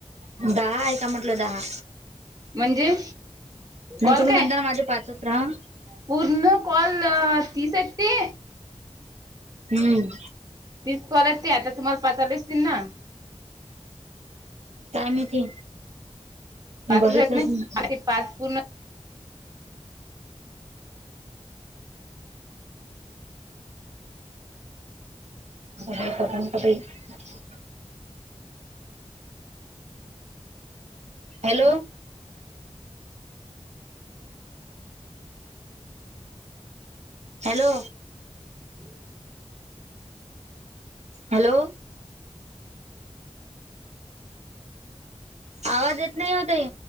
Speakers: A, on the right; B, on the right.
A: दहा हाय का म्हटलं दहा?
B: म्हणजे?
A: नही
B: कॉल
A: तुम्ही
B: काय
A: म्हणता ना माझे पाच राह
B: पूर्ण कॉल तीसयेत ते.
A: हम्म.
B: तीस कॉल ये ते, आता तुम्हाला पातले असतील ना?
A: काय माहिती, मी
B: पाचच
A: बघितलं
B: आहेत ना
A: च नहीं.
B: ते पाच पूर्ण
A: अ प्रथम कते <unintelligible> हॅलो? हॅलो?
B: हम्.
A: हॅलो? आवाज येत नाही ओ ताई.